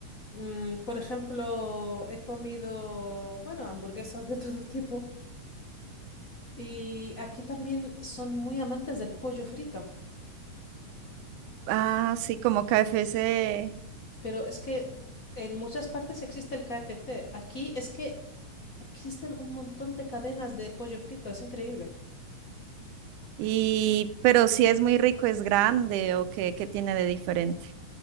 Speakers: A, on the left (about 60°); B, on the right (about 85°).
A: Mm, por ejemplo, he comido, bueno, hamburguesas de todo tipo. Y aquí también son muy amantes del pollo frito,
B: Ah, sí, como KFC.
A: pero es que en muchas partes existe el KFC. Aquí es que existen un montón de cadenas de pollo frito, es increíble.
B: Y, pero si es muy rico, es grande o qué, qué tiene de diferente.